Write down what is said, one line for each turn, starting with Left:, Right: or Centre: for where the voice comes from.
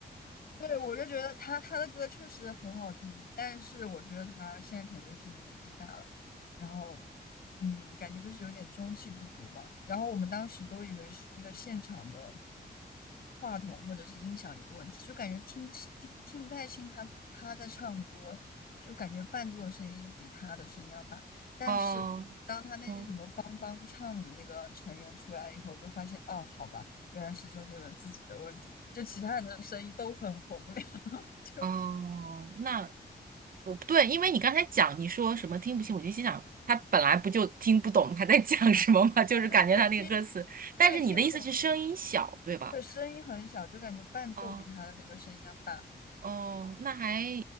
Left: 对，我就觉得她她的歌确实很好听，但是我觉得她现在可能就是年纪大了，然后嗯，感觉就是有点中气不足吧。然后我们当时都以为是一个现场的话筒或者是音响有问题，就感觉听不清、听听不太清他他在唱歌，就感觉伴奏的声音比他的声音要大。但是当他那些什么帮帮唱的那个成员出来以后，
Right: <laughs> 哦，嗯
Left: 就发现哦，好吧，原来是周杰伦自己的问题，就其他人的声音都很洪亮，<laughs> 就
Right: 哦，那不对，因为你刚才讲你说什么听不清，我就心想他本来不就听不懂他在讲什么嘛，<laughs> 就是感觉他那个歌词。
Left: 是听，
Right: 但是你的意思是声音小，
Left: 对，听不懂，
Right: 对吧？
Left: 对，声音很小，就感觉伴奏比他的那个声音要大。
Right: 哦哦，那还